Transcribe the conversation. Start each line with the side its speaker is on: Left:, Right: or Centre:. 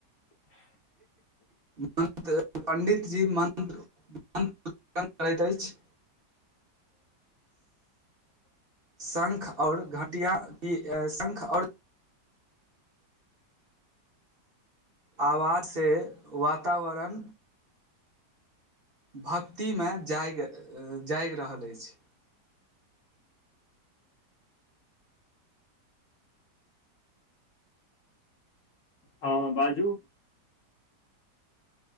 Left: <inaudible>
Right: मन्त्र पण्डितजी मन्त्र मन्त्र करैत अछि
Left: <inaudible>
Right: शंख और घटिया शंख और आवाजसँ वातावरण भक्तिमे जाग जागि रहल अछि
Left: हँ बाजू